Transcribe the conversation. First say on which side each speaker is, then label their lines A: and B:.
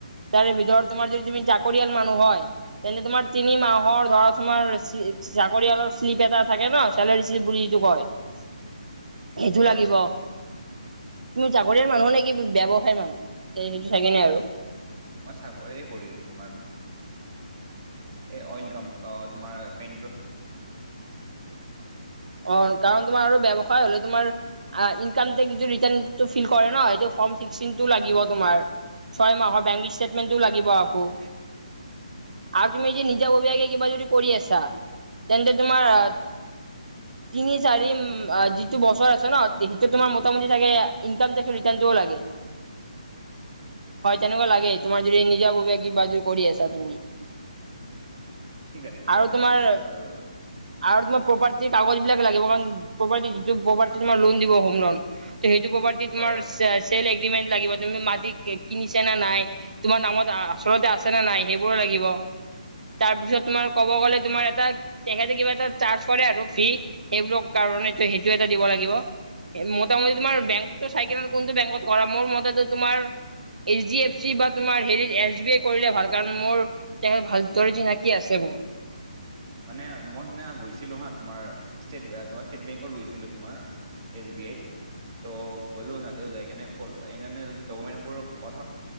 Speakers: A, on the right; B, on the right.
A: তাৰ ভিতৰত তোমাৰ যদি তুমি চাকৰিয়াল মানুহ হয় তেন্তে তোমাৰ তিনি মাহৰ ধৰা তোমাৰ চাকৰিয়ালৰ শ্লিপ এটা থাকে ন, চেলেৰী শ্লিপ বুলি যিটো কয়? <inaudible> সেইটো
B: হয়।
A: লাগিব, তুমি চাকৰিয়াল মানুহ নে কি বে ব্যৱসায় মানুহ? এ সেইটো থাকে নে আৰু
B: মই চাকৰি কৰি আছো। তোমাৰ এ অইল কম অ, তোমাৰ পেনট্ৰ
A: অ', কাৰণ তোমাৰ আৰু ব্যৱসায় হলে তোমাৰ আ ইনকাম টেক্স টো ৰিটাৰ্ণ টো ফিল কৰে ন এইটো ফৰ্ম ফিক্সিং টো লাগিব তোমাৰ। ছয় মাহৰ বেংক ষ্টেটমেণ্টটো লাগিব আকৌ। আৰু তুমি যদি নিজা <unintelligible> কিবা যদি কৰি আছা, তেন্তে তোমাৰ আ তিনি চাৰি যিটো বছৰ আছে ন সেইটো তোমাৰ মোটামুটি চাগে ইনকাম টে ৰিাৰ্টোও লাগে। <inaudible> হয় তেনেকুৱা লাগে তোমাৰ যদি নিজা ববীয়া কে কিবাযদি কৰি আছা তুমি।
B: ঠিক আছে ঠিক
A: আৰু
B: আছে
A: তোমাৰ,
B: বুজি পাইছো আৰু
A: আৰু তোমাৰ প্ৰপাৰ্টি কাগজ বিলাক লাগিব কাৰণ প্ৰপাৰ্টি যিটো প্ৰপাৰ্টি তোমা লোন দিব হোম লোন, ত সেইটো প্ৰপাৰ্ট কি
B: হয়
A: তোমাৰ চে চেল এগ্ৰিমেন্ট লাগিব তুমি মাটি কি কিনিছা নে নাই। তোমাৰ নামত আ আচলতে আছে নে নাই সেইবোৰো লাগিব। তাৰ পিছত তোমাৰ ক'ব গ'লে তোমাৰ এটা তেখেতে কিবা এটা চাৰ্জ কৰে আৰু। ফি সেইবোৰক কাৰণেটো সেইটো এটা দিব লাগিব। মোটামুটি তোমাৰ বেংকতটো চাইকিনে কোনটো বেংকত কৰা? মোৰ মতেতো তোমাৰ এইচ ডি এফ চি বা তোমাৰ হেৰিত এছ বি এ কৰিলে ভাল। কাৰণ মোৰ তেহে ভালজৰ চিনাকি আছে মোৰ।
B: মানে মই সিদিনা গৈছিলোঁ হাঁ তোমাৰ, ষ্টেট বে তোমাৰ ষ্টেট বেংকত গৈছিলোঁ তোমাৰ। S B I. ত' ক'লো হেয়াতেও যায় কেনে ক এইকাণে ডকুমেনবোৰ কথা